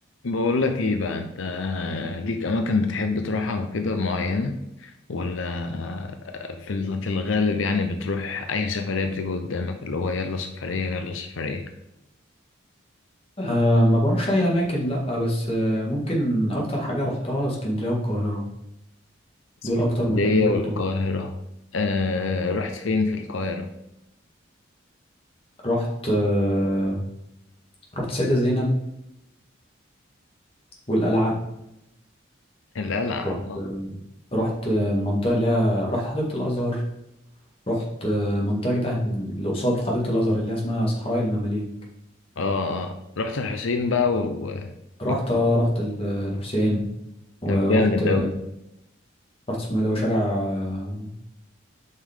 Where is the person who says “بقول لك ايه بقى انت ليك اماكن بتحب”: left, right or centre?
Left